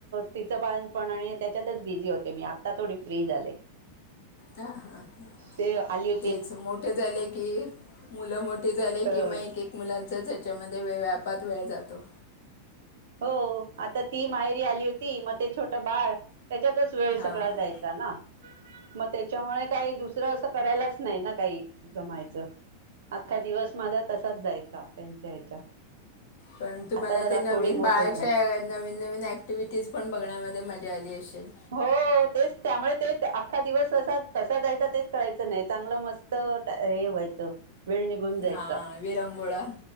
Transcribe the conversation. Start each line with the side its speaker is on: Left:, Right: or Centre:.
Right: तिचं बाळंतपण आणि त्याच्यातच बिझी होते मी आत्ता थोडी फ्री झाले.
Left: हां हां हां.
Right: ते आली एक
Left: तेच, मोठे झाले की, मुलं मोठीे झाले
Right: तर
Left: की मग एकेक मुलांचाच हेच्यामध्ये वेळ आपोआप वेळ जातो.
Right: हो. आता ती माहेरी आली होती मग ते छोटं बाळ. त्याच्यातच वेळ
Left: हां
Right: सगळा जायचा ना. मग त्या त्याच्यामुळे काही दुसरं असं करायलाच नाही ना काही जमायचं. अख्खा दिवस माझा तसाच जायचा त्यांच्या ह्याच्यात.
Left: पण, तुम्हाला
Right: आता जरा
Left: ते नवीन
Right: थोडी मोकळी
Left: बाळाचे
Right: पण,
Left: नवीन नवीन अँक्टिव्हिटीज पण बघण्यामध्ये मजा आली असेल.
Right: हो. हो, तेच त्यामुळे तेच अख्खा दिवस अस कसा जायचा तेच कळायचं नाही. चांगलं मस्त हे व्हायचं. वेळ निघून जायचा.
Left: हां विरंगुळा